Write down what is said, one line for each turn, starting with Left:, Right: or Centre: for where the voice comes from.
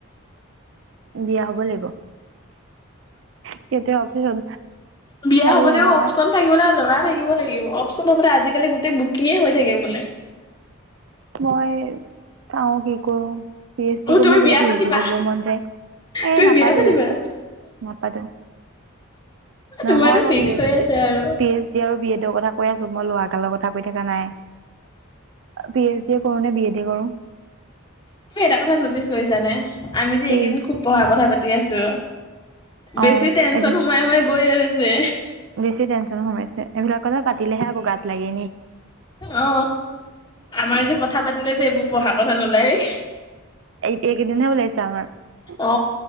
Right: বিয়া হব লাগিব। সিহঁতে অফিচত
Left: বিয়া
Right: এই
Left: হবলৈও
Right: মই
Left: অপচন থাকিব না ল'ৰা থাকিব লাগিব অপচন হ বলে আজিকালি গোটেই বুকিঙ হৈ থাকে বোলে।
Right: মই চাও কি কৰো, পি এইচ
Left: অ
Right: ডি কৰিব
Left: তুমি
Right: মই
Left: বিয়া
Right: পি
Left: পাতিবা
Right: এইচ ডি কৰিব মন যায় এ
Left: তুমি
Right: নাপাতো
Left: বিয়া পাতিবা
Right: নাপাতো। নহয়
Left: তোমাৰতো
Right: মই
Left: ফিক্স
Right: পিএছ
Left: হৈ
Right: ডি
Left: আছে আৰু
Right: পি এইছ ডি আৰু বি এছ। কথা কৈ আছো মই লৰা এটা লগত থাকো এতিয়া জনাই। পি এছ ডি- সেইকাৰণে বি এ ডি কৰোঁ।
Left: তুমি এটা কথাত নটিচ কৰিছানে আমি যে
Right: কি
Left: এইকেইদিন খুব পঢ়া কথা পাতি আছো।
Right: অ
Left: বেছি টেনচন
Right: এইবিলাক
Left: সোমাই সোমাই গৈ আছে।
Right: বেছি টেনচ সোমাইছে এইবিলাক কথা পাতিলেহে আকৌ গাত লাগে।
Left: অ আমাৰ যে কথা পাতিলে যে এইবোৰ পঢ়া কথা নোলায়।
Right: এই এইকেইদিনহে ওলাইছো আমাৰ।
Left: অ